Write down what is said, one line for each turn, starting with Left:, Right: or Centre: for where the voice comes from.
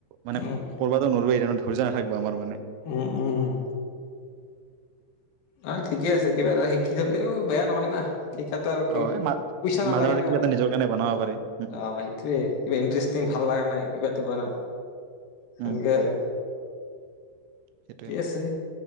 Right: মানে
Left: উম
Right: কৰবাতো নৰো এতিয়া ন থা <unintelligible> থাকব আমাৰ মানে
Left: উম উম উম অ ঠিকে আছে কিবা এটা শিকি থলেও বেয়া নহয় না? শিকাত আৰু কি
Right: অ এই মা
Left: পইচা নালাগে
Right: মাজে মাজে
Left: না?
Right: কিবা এটা নিজৰ কাৰণে বনাব পাৰে উম
Left: অহ সেইটোৱে কিবা ইনটেষ্টিং ভাল লগা নাই কিবা এটা ব না। সেনেকে
Right: উম
Left: আৰু।
Right: সেইটোৱে
Left: কি আছে